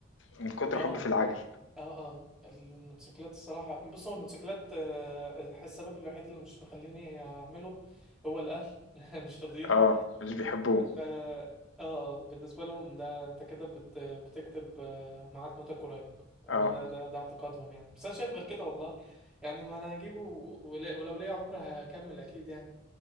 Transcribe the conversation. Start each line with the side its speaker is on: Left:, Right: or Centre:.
Left: من كتر
Centre: اه
Left: حُبّي في العَجَل.
Centre: اه اه الموتوسيكلات الصراحة بص هو الموتوسيكلات آه، الح- السبب الوحيد اللي مش مخليني أعمله هو الأهل <laughs> مش راضيين
Left: آه، مش بيحبّوه.
Centre: ف اه آه، بالنسبة لهم ده انت كده بت... بتكتب آه، ميعاد موتك قريب هو
Left: آه.
Centre: ده ده ده اعتقادهم يعني بس انا شايف غير كده والله يعني ما انا هجيبه ول- ولو ليا عمر هكمل اكيد يعني